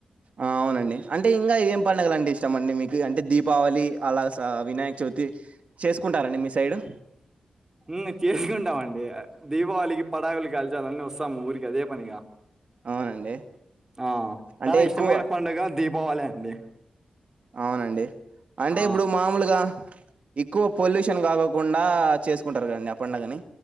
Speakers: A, on the right; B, on the right.
A: ఆ అవునండి అంటే ఇంకా ఎం పండగలు అంటే ఇష్టం అండి మీకు అంటే దీపావళి అలాగ వినాయక్ చవితి చేసుకుంటారంండి మీ సైడు
B: హ్మ్ మేము చేసుకుంటామండి దీపావళికి పటాకులు కాల్చాలని వస్తాము ఊరికి అదే పనిగా
A: అవునండి
B: ఆ
A: అంటే
B: చానా
A: ఎక్కువ
B: ఇష్టమైన పండుగ దీపావళి అండి
A: అవునండి అంటే
B: ఆ
A: ఇప్పుడు మామూలుగా ఎక్కువ పొల్యూషన్ కాకోకుండా చేసుకుంటారు కదా అండి ఆ పండుగని